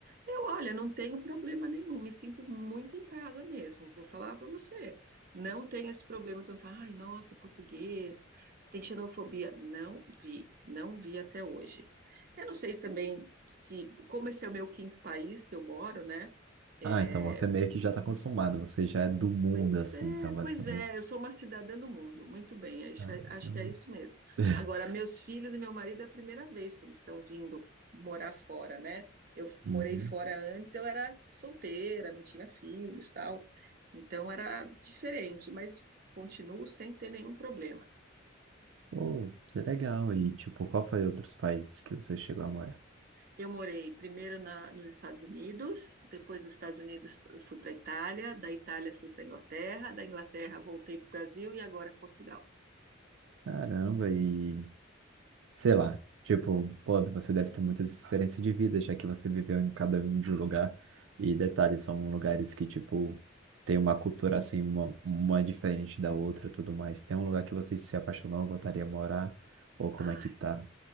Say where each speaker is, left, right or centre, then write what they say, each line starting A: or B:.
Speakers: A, on the right (about 50°); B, on the right (about 80°).
A: Eu, olha, não tenho problema nenhum, me sinto muito em casa mesmo, vou falar para você. Não tenho esse problema, então, fala, ai, nossa, português, tem xenofobia. Não vi, não vi até hoje. Eu não sei se também, se, como esse é o meu quinto país que eu moro, né? é,
B: Ah, então você meio que já tá acostumado, você já é do mundo,
A: Pois
B: assim,
A: é,
B: então,
A: pois
B: basicamente.
A: é, eu sou uma cidadã do mundo, muito bem, acho
B: Ah,
A: que é, acho
B: eu-
A: que é isso mesmo.
B: <laughs>
A: Agora, meus filhos e meu marido é a primeira vez que eles estão vindo morar fora, né? Eu f- morei
B: Uhum.
A: fora antes, eu era solteira, não tinha filhos, tal, então era diferente, mas continuo sem ter nenhum problema.
B: Pô, que legal. E, tipo, qual foi outros países que você chegou a morar?
A: Eu morei primeiro na, nos Estados Unidos, depois dos Estados Unidos eu fui para a Itália, da Itália fui para a Inglaterra, da Inglaterra voltei para o Brasil e agora Portugal.
B: Caramba, e sei lá, tipo, pô, você deve ter muitas experiências de vida, já que você viveu em cada um de um lugar. E detalhes são lugares que, tipo, tem uma cultura assim, uma, uma diferente da outra e tudo mais. Tem um lugar que você se apaixonou, voltaria a morar? Ou
A: Ah,
B: como é que tá?